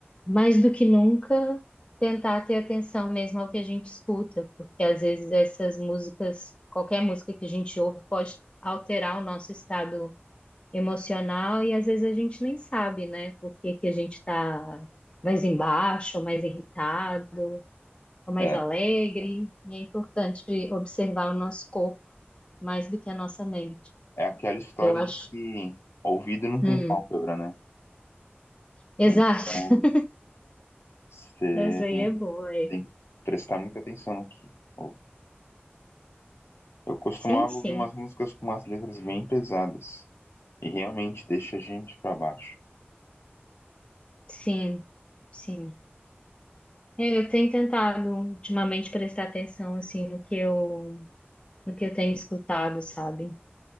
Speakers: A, on the left; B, on the left.
A: mais do que nunca, tentar ter atenção mesmo ao que a gente escuta, porque às vezes essas músicas, qualquer música que a gente ouve, pode alterar o nosso estado emocional e às vezes a gente nem sabe, né? Por que que a gente está mais embaixo, ou mais irritado, ou mais
B: É.
A: alegre. E é importante observar o nosso corpo mais do que a nossa mente.
B: É aquela história
A: Eu acho.
B: de que ouvido não
A: Hum,
B: tem pálpebra, né?
A: <laughs> exato.
B: Então, você
A: Essa aí é boa, é.
B: tem que prestar muita atenção no que ouve. Eu costumava
A: Sim, sim.
B: ouvir umas músicas com umas letras bem pesadas. E realmente deixa a gente pra baixo.
A: Sim, sim. É, Eu tenho tentado ultimamente prestar atenção assim no que eu no que eu tenho escutado, sabe?